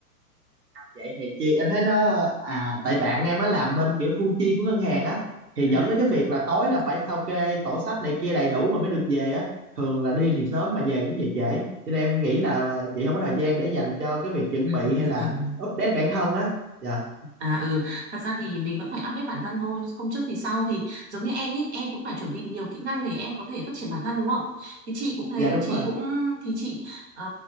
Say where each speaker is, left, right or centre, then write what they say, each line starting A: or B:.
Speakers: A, on the right; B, on the right.
A: vậy hèn chi em thấy nó à tại bạn em á làm bên kiểu thu chi của ngân hàng á thì
B: Ừ.
A: dẫn đến cái việc là tối là phải sao kê sổ sách này kia đầy đủ rồi mới được về á thường là đi thì sớm mà về cũng về trễ cho nên em nghĩ là chị không có thời gian để dành cho cái việc chuẩn
B: Ừ.
A: bị hay là update bản thân á dạ
B: À ừ, thật ra thì mình vẫn phải update bản thân thôi, không trước thì sau thì giống như em ý, em cũng phải chuẩn bị nhiều kỹ năng để em có thể phát triển bản thân đúng không? Thì chị cũng thế,
A: dạ đúng
B: chị
A: rồi
B: cũng thì chị ờ,